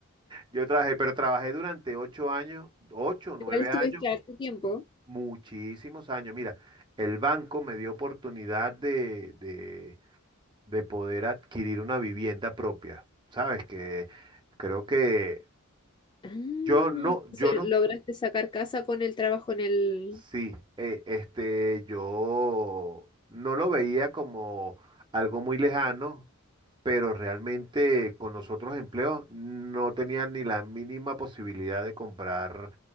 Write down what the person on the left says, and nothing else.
Igual estuviste
harto tiempo.
Ah,
Entonces,
lograste sacar casa con el trabajo en el...